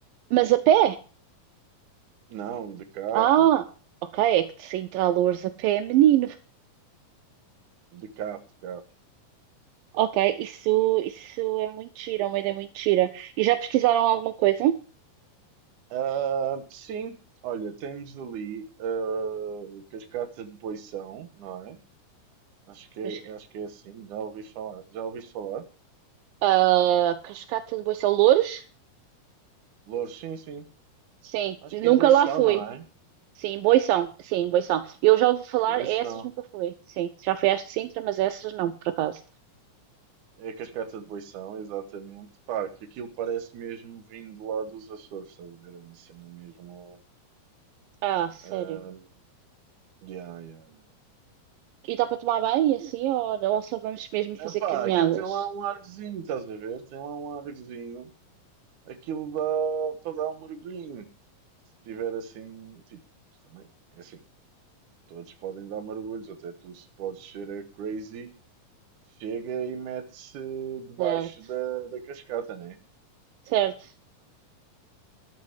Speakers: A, on the right; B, on the right.
A: Mas a pé?
B: Não, de carro,
A: Ah, ok, é que de Sintra a Loures a pé é menino.
B: de carro, de carro.
A: Ok, isso, isso é muito gira, é uma ideia muito gira. E já pesquisaram alguma coisa?
B: Ah, sim, olha, temos ali a Cascata de Boição, não é? Acho que é,
A: Cas-
B: acho que é assim, já ouvi falar. Já ouviste falar?
A: ah, Cascata de Boição Loures?
B: Loures, sim, sim.
A: Sim,
B: Acho
A: nunca
B: que é Boição,
A: lá fui.
B: não é?
A: Sim, Boição. Sim, Boição. Eu já ouvi falar,
B: Boição.
A: essas nunca fui. Sim, já fui às de Sintra, mas essas não, por acaso.
B: É a cascata de Boição, exatamente. Pá, que aquilo parece mesmo vindo lá dos Açores, estás a ver? É uma cena mesmo.
A: Ah, sério.
B: ahm, yeah, yeah, yeah.
A: E dá para tomar banho assim, ou, ou só vamos mesmo fazer
B: Ah, pá,
A: caminhadas?
B: aquilo tem lá um argozinho, estás a ver? Tem lá um argozinho. Aquilo dá para dar um mergulhinho. Se tiver assim, tipo, isto também é assim. Todos podem dar mergulhos, até tu se podes ser a crazy, chega e mete-se debaixo
A: Certo,
B: da, da cascata, né?
A: certo.